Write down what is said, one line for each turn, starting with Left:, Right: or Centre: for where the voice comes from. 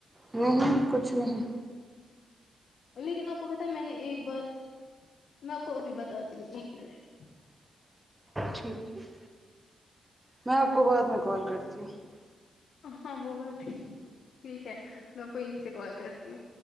Right: نہیں کچھ نہیں
Left: لیکن آپ کو بتا میں نے ایک بار میں آپ کو ابھی بتای ہوں ایک منٹ
Right: ٹھیک ٹھیک میں آپ کو بعد میں کال کرتی ہوں
Left: ہاں وہ بات ہے ٹھیک ہے میں کو یہیں سے کال کرتی ہوں